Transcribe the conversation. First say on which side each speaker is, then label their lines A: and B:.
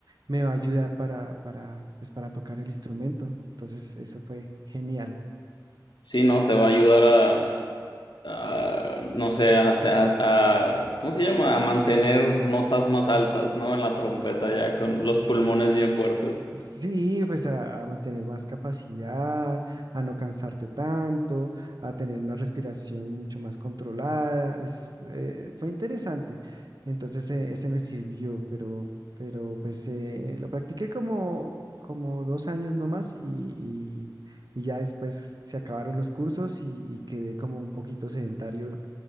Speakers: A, on the right (about 60°); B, on the left (about 85°).
A: me va a ayudar para, para, pues, para tocar el instrumento. Entonces, eso fue genial.
B: Sí, ¿no? Te va a ayudar a, a, no sé, a, a- a- ¿cómo se llama? A mantener notas más altas, ¿no? En la trompeta ya, con los pulmones bien fuertes.
A: Sí, pues a, a mantener más capacidad, a no cansarte tanto, a tener una respiración mucho más controlada. Es, eh, fue interesante. Entonces, eh, ese me sirvió, pero, pero pues eh, lo practiqué como, como dos años nomás y, y, y ya después se acabaron los cursos y, y quedé como un poquito sedentario